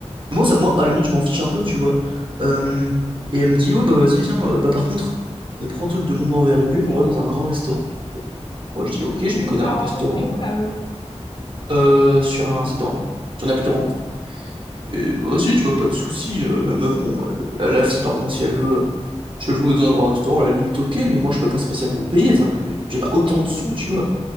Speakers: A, on the right (about 45°); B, on the left (about 40°).
A: Moi, ça, moi, à la limite, je m'en fiche un peu, tu vois. Euh, et elle me dit, ouais, bah vas-y, viens, euh, bah par contre, on prend un truc de mon envergure, on va dans un grand restaurant. Moi, je dis, ok, je
B: Mais
A: m'y connais
B: tu l'as
A: à un
B: rencontré
A: restaurant,
B: où
A: bah,
B: la meuf?
A: Euh, sur un site de rencontre. Sur une appli de rencontre. Et bah, vas-y, tu vois, pas de souci. euh, la meuf, bon, euh, la, la fille, pardon, si elle veut, si elle veut dans un grand restaurant, à la limite, ok, mais moi, je peux pas spécialement payer. Enfin, j'ai j'ai pas autant de sous, tu vois.